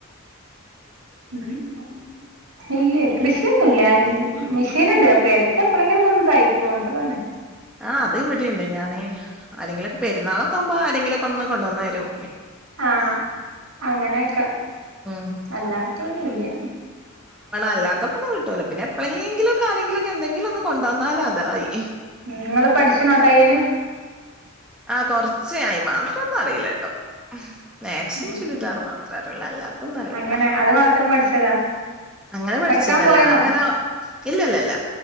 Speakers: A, on the right; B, in the centre.
A: ഉ ഇല്ല കൃഷിയൊന്നുമല്ല. മെഷീൻ ഉണ്ട് അപ്പൊ എടക്ക എപ്പഴെങ്കിലും കൊ തയ്ക്കും അത്ര തന്നെ
B: ആ അതും ഇവിടെണ്ട് ഞാന് അല്ലെങ്കിൽ പെരുന്നാളൊക്കെകുമ്പോ എന്തെങ്കിലൊക്കൊന്ന് കൊണ്ടന്നരും
A: ആ അങ്ങനെയക്കെ
B: ഉം
A: അല്ലാത്തൊന്നുല്ല്യ
B: അല്ലാത്തപ് ഒന്ന് കിട്ടോല്ലോ പിന്നെ എപ്പളെങ്കിലും ക്കാണെങ്കിലൊഎന്തെങ്കിലൊന്ന് കൊണ്ടന്നാലാ അ- തായി
A: നിങ്ങൾ പഠിച്ച്ണോ തയ് യ്യല്
B: ആ കൊറച്ച് അയിമാത്രൊന്നു അറീല ട്ടോ മാക്സിം
A: അത്
B: ചുരിദാറും
A: ശരി
B: മാത്രറിള്ളൂ അല്ലാത്തൊന്നും അറീല്ല
A: അങ്ങനെ അത് മാത്രം പഠിച്ചതാ
B: അങ്ങനെ പഠിച്ചതല്ല
A: പഠിക്കാൻ പോയിന്നോ
B: അങ്ങനെ ഇല്ലല്ലല്ല